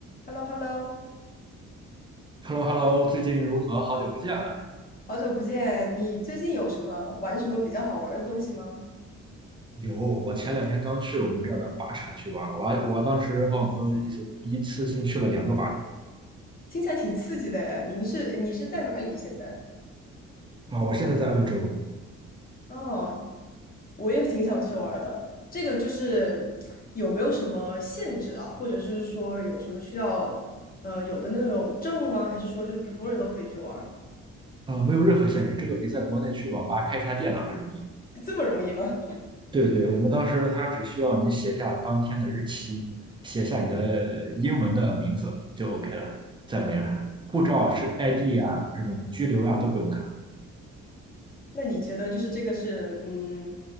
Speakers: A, on the left; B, on the right.
A: h e l l o h e l l o
B: h e l l o h e l l o 最近如何？好久不见了。
A: 好久不见，你最近有什么玩什么比较好玩的东西吗？
B: 有，我前两天刚去我们这儿的靶场去玩了，我还我当时和我朋友一次一次性去了两个靶场
A: 听起来挺刺激的呀。您是你是在哪里现在？
B: 啊。我现在在欧洲
A: 哦，我也挺想去玩的。这个就是有没有什么限制啊，或者是说有什么需要呃有的那种证吗？还是说就是普通人都可以去玩儿？
B: 啊，没有任何限制，这个比在国内去网吧开一台电脑还容易。
A: <laughs> 这么容易吗？
B: 对对，我们当时他只需要你写下当天的日期，写下你的英文的名字就 OK 了，再没了。护照是 ID 啊，这种居留啊都不用看。
A: <laughs> 那你觉得就是这个是嗯